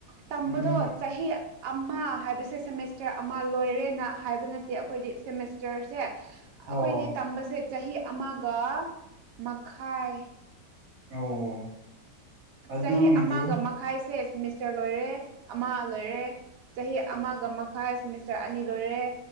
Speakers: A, on the right; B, on the right.
A: ꯇꯝꯕꯗꯣ
B: ꯎꯝ
A: ꯆꯍꯤ ꯑꯃ ꯍꯥꯏꯕꯁꯦ ꯁꯦꯃꯤꯁꯇꯔ ꯑꯃ ꯂꯣꯏꯔꯦꯅ ꯍꯥꯏꯕ ꯅꯠꯇꯦ ꯑꯈꯣꯏꯗꯤ ꯁꯦꯃꯤꯁꯇꯔꯁꯦ꯫ ꯑꯩꯈꯣꯏꯗꯤ
B: ꯑꯣ
A: ꯇꯝꯕꯁꯦ ꯆꯍꯤ ꯑꯃꯒ ꯃꯈꯥꯏ
B: ꯑꯣ ꯑꯗꯨꯒꯤꯗꯤ
A: ꯆꯍꯤ ꯑꯃꯒ ꯃꯈꯥꯏꯁꯦ ꯁꯤꯃꯤꯁꯇꯔ ꯂꯣꯏꯔꯦ ꯑꯃ ꯂꯣꯏꯔꯦ ꯆꯍꯤ ꯑꯃꯒ ꯃꯈꯥꯏ ꯁꯦꯃꯤꯁꯇꯔ ꯑꯅꯤ ꯂꯣꯏꯔꯦ